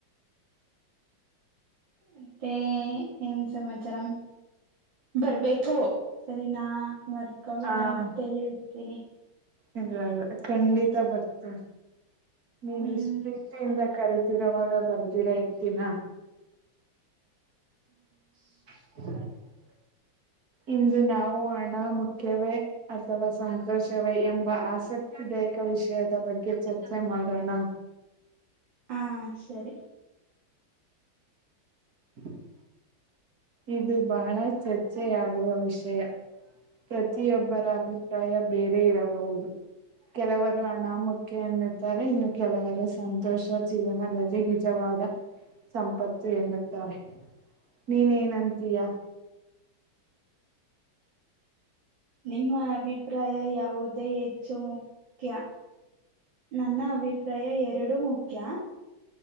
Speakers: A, on the right (about 70°); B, on the right (about 50°).
A: ಅತ್ತೇ ಏನ್ ಸಮಮಾಚರಂ ಬರ್ಬೇಕು ಸರಿ ನಾ ಮರ್ದಕೊಬೇಡ
B: ಹ
A: ಮತ್ತೆ ಹೇತೇನಿ
B: ಇಲ್ಲ ಇಲ್ಲ ಖಂಡಿತ ಬರ್ತೀ ನೀನ್
A: ಹ್ಮ್
B: ಪ್ರೀತಿಯಿಂದ ಕರತೀ ಇರುವಾಗ ಬರ್ದಿರ ಇರ್ತೀನ ಹ
A: ಛೆ <inaudible>
B: ಇಂದು ನಾವು ಹಣ ಮುಖ್ಯವೇ ಅಥವಾ ಸಂತೋಷವೇ ಎಂಬ ಆಸಕ್ತಿದೆ ಪ್ರೇಕ ವಿಷಯದ ಬಗ್ಗೆ ಚರ್ಚೆ ಮಾಡೋಣ
A: ಹಾ ಸರಿ
B: ಛೆ <inaudible> ಇದು ಬಹಳ ಚರ್ಚೆಯಾಗುವ ವಿಷಯ ಪ್ರತಿಯೊಬ್ಬರ ಅಭಿಪ್ರಾಯ ಬೇರೆ ಇರಬಹುದು ಕೆಲವರು ಹಣಾಮುಖ್ಯ ಎನ್ನುತ್ತಾರೆ ಇನ್ನು ಕೆಲವರು ಸಂತೋಷ ಜೀವನದಲ್ಲಿ ನಿಜವಾಗ ಸಂಪತ್ತು ಎನ್ನುತ್ತಾರೆ ನೀನ್ ಏನ್ ಅಂತೀಯ
A: ನಿಮ್ಮ ಅಭಿಪ್ರಾಯ ಯಾವುದೇ ಹೆಚ್ಚು ಮುಖ್ಯ ನನ್ನ ಅಭಿಪ್ರಾಯ ಎರಡು ಮುಖ್ಯ ಕ <inaudible>